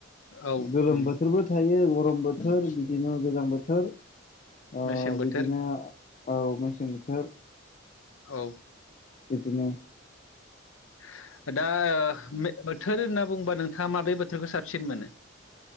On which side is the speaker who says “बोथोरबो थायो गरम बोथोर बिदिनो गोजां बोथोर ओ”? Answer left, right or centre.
Left